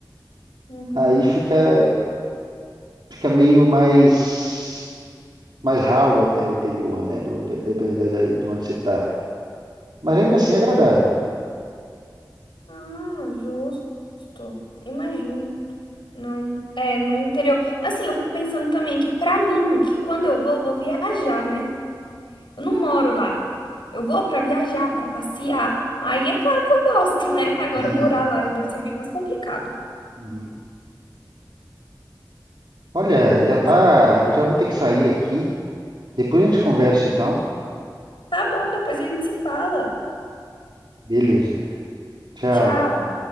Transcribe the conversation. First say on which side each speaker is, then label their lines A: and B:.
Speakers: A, on the left; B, on the right.
A: Uhum.
B: Aí fica, fica meio mais, mais ralo até o interior, né? Do, de- dependendo da- da- de onde você está. Mas ainda assim
A: Sei.
B: é agradável.
A: Ah, justo. Imagino. Não, é no interior. Assim, eu fico pensando também que pra mim, que quando eu vou, eu vou viajar, né? Eu não moro lá. Eu vou pra viajar, pra passear. Aí é claro que eu gosto, <laughs> né?
B: <laughs>
A: Agora
B: É.
A: morar lá já deve ser bem mais complicado.
B: Uhum. Olha, já tá.
A: Mas eu quero.
B: Eu já vou ter que sair aqui. Depois a gente conversa, então.
A: Tá bom, depois a gente se fala.
B: Beleza. Tchau.
A: Tchau.